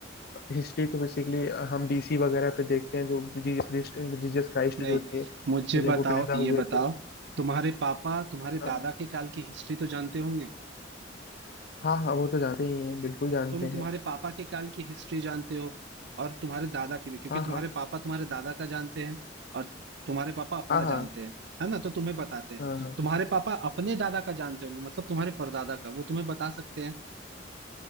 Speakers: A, on the left (about 55°); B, on the right (about 65°).
A: हिस्ट्री तो बेसिकली हम बीसी वगैरह पे देखते हैं जो जीसस क्रिस्ट जीसस क्राइस्ट
B: नहीं
A: जो थे
B: मुझे
A: जब
B: बताओ
A: वो पैदा
B: ये
A: हुए
B: बताओ
A: थे
B: तुम्हारे पापा तुम्हारे
A: हाँ
B: दादा के काल की हिस्ट्री तो जानते होंगे
A: हाँ हाँ, वो तो जानते ही हैं बिल्कुल जानते
B: तुम तुम्हारे
A: हैं
B: पापा के काल की हिस्ट्री जानते हो और तुम्हारे दादा की भी क्योंकि
A: हाँ
B: तुम्हारे
A: हाँ
B: पापा तुम्हारे दादा का जानते हैं और तुम्हारे पापा अपना
A: हाँ हाँ
B: जानते हैं है ना तो तुम्हें बताते हैं
A: हाँ हाँ
B: तुम्हारे पापा अपने दादा का जानते होंगे मतलब तुम्हारे परदादा का वो तुम्हें बता सकते हैं